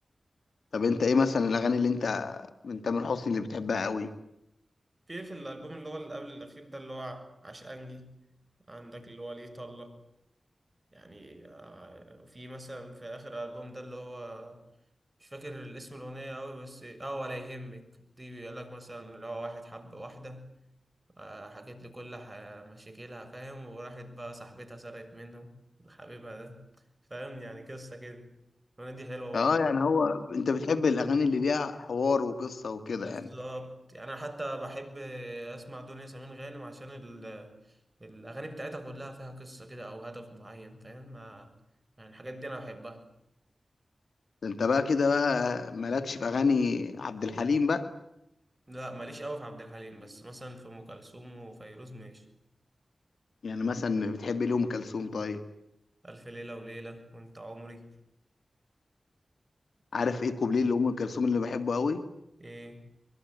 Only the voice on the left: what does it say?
طب انت ايه مثلا الاغاني اللي انت من تامر حسني اللي بتحبها قوي
اه يعني هو انت بتحب الاغاني اللي ليها حوار وقصة وكده
يعني
ده انت بقى كده بقى مالكش في اغاني عبد الحليم بقى
يعني مثلا بتحب ليه ام كلثوم طيب
عارف
ايه كوبليه لام كلثوم اللي بحبه قوي